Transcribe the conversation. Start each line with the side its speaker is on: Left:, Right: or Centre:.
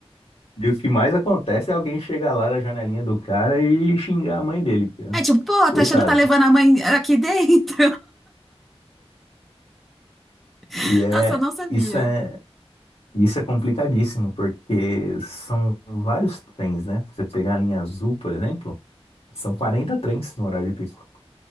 Left: E o que mais acontece é alguém chegar lá na janelinha do cara e xingar a mãe dele, cara.
Centre: É tipo, pô,
Left: Coitado.
Centre: tá achando que tá levando a mãe aqui dentro? <laughs>
Left: E é
Centre: Nossa, eu não sabia.
Left: isso é isso é complicadíssimo, porque são vários trens, né? Você pegar a linha azul, por exemplo, são 40 trens no horário de pico.